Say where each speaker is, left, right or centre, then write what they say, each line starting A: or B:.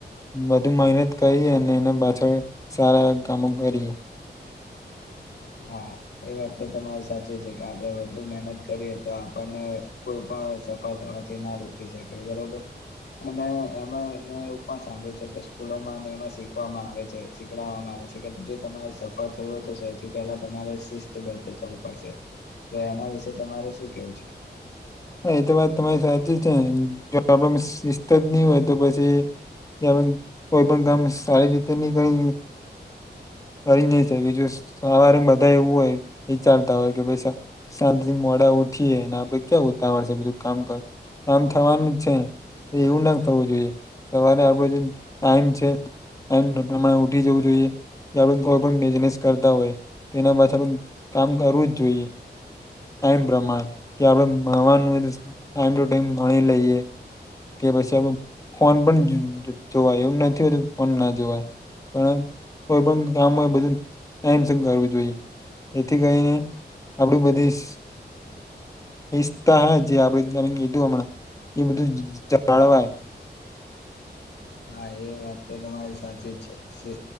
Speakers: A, on the left (about 20°); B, on the left (about 80°).
A: વધુ મહેનત કરી અને એના પાછળ સારા કામો કરીએ.
B: હા. એ વાત તો તમારી સાચી છે કે આપડે વધુ મહેનત કરીએ તો આપણને કોઈ પણ થવાથી ના રોકી શકે બરોબર. અને એમાં એ એવું પણ સાંભળ્યું છે કે સ્કૂલોમાં એમાં શીખવામાં આવે છે શી પકડાવામાં આવે છે કે જો તમારે સફળ થવા હોય તો સૌથી પેલા તમારે શિસ્તબદ્ધ થવું પડશે તો એના વિશે તમાર શું કેવું છે?
A: હા, એ તો વાત તમારી સાચી છે જો આપડામાં શિસ્ત ન હોય તો પછી ત કોઈ પણ ગામ સારી રીતે નની કઈ. કરી નહી શકે, જો સવારે બધા એવું હોય વિચારતા હોય કે, પૈસા સાાંજથી મોડા ઉઠીએ, આપડે ક્યાં ઉતાવળ છે, બધું કામ કર કામ થવાનું છે. એવું ના થવું જોઈએ, સવારે આપડો જે ટાઈમ છે. એમ ઉઠી જવું જોઈએ. આપણે કોઈ પણ બિઝનેસ કરતા હોય તો, એના પાછળળ કામ કરવું જ જોઈએ. ટમ પ્રમાણે કે, આપણે મળવાનું ટાઈમ ટુ ટાઈમ ભણી લઈએ કે પછી આપણે ફોન પણ જોવાય એવું નથી હોતું, ફોન ના જોવાય. પણ કોઈ પણ કામ હોય, બધું ટાઈમસ કરવું જોઈએ. એથી ગઈને આપડી બધી. ઈતા હે, જે આપે તમે કીધું હમણાં એ બધું જાળવાય.
B: હા હા, એ વાત તો તમારી સાચી જ છે.